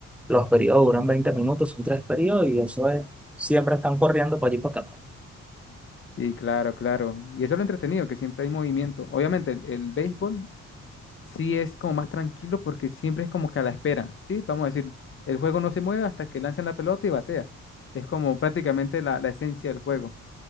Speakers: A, in the centre; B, on the left.
A: los periodos duran 20 minutos, son tres periodos y eso es, siempre están corriendo para allí y para acá.
B: Sí, claro, claro. Y eso es lo entretenido, que siempre hay movimiento. Obviamente, el, el béisbol sí es como más tranquilo porque siempre es como que a la espera, ¿sí? Vamos a decir, el juego no se mueve hasta que lanzan la pelota y batea. Es como prácticamente la, la esencia del juego.